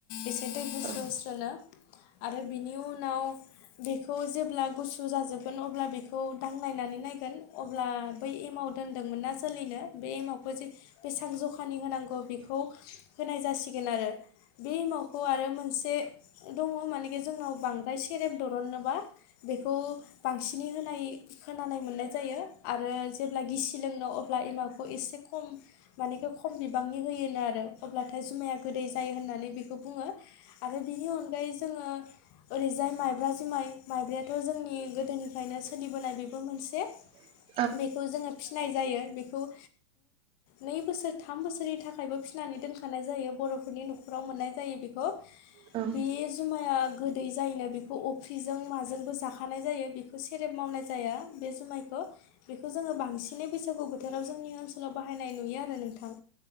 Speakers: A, on the left (about 50°); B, on the right (about 40°).
A: एसे दै होस्रो
B: औ
A: होस्रोनो <inaudible> आरो बिनि उनाव बेखौ जेब्ला गुसु जाजोबगोन अब्ला बेखौ दांनायनानै नायगोन अब्ला बै एमाव दोनदोंमोन ना सोलिनो बे एमावखौ जे बेसेबां जखानि होनांगौ बेखौ होनाय जासिगोनआरो। बे एमावखौ आरो मोनसे दङ मानेखि जोंनाव बांद्राय सेरेब दुरननोबा बेखौ बांसिनै होनाय खोनानाय मोननाय जायो आरो जेब्ला गिसि लोंनो अब्ला एमावखौ एसे खम माने खम बिबांनि होयोनो आरो अब्लाथाय जुमाया गोदै जायो होननानै बेखौ बुङो आरो बिनि अनगायै जोङो ओरैजाय माइब्रा जुमाइ माइब्रायाथ' जोंनि गोदोनिफ्रायनो सोलिबोनाय बेबो मोनसे
B: <inaudible>
A: बेखौ जोङो फिनाय जायो बेखौ नै बोसोर थाम बोसोरनि थाखायबो फिसिनानै दोनखानाय जायो बर'फोरनि न'खराव मोननाय जायो बेखौ
B: औ
A: बे जुमाया गोदै जायोनो बेखौ अफ्रिजों माजोंबो जाखानाय जायो। बेखौ सेरेब मावनाय जाया बे जुमायखौ बेखौ जोङो बांसिनै बैसागु बोथोराव जोंनि ओनसोलाव बाहायनाय नुयो आरो नोंथां।